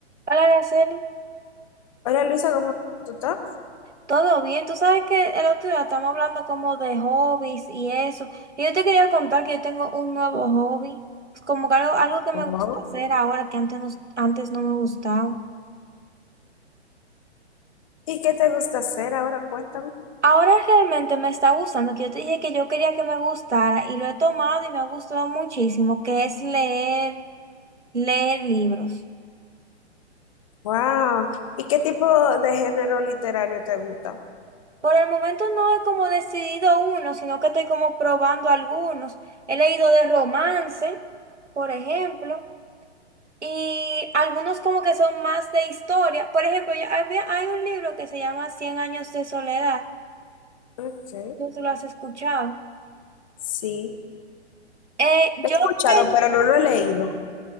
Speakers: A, on the right; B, on the left.
A: Hola, Araceli.
B: Hola Luisa, ¿cómo tú estás?
A: Todo bien. Tú sabes que el otro día estamos hablando como de hobbies y eso. Y yo te quería contar que yo tengo un nuevo hobby. Es Como que algo, algo que me
B: ¿Cómo
A: gusta hacer ahora que antes no, antes no me gustaba.
B: ¿Y qué te gusta hacer ahora? Cuéntame.
A: Ahora realmente me está gustando, que yo te dije que yo quería que me gustara y lo he tomado y me ha gustado muchísimo, que es leer, leer libros.
B: Wow. ¿Y qué tipo de género literario te gusta?
A: Por el momento no he como decidido uno, sino que estoy como probando algunos. He leído de romance, por ejemplo. Y algunos como que son más de historia. Por ejemplo, ya había- hay un libro que se llama Cien años de soledad.
B: Ok.
A: tú sé si lo has escuchado.
B: Sí.
A: Eh,
B: Lo
A: yo,
B: he escuchado,
A: cre-
B: pero no lo he leído.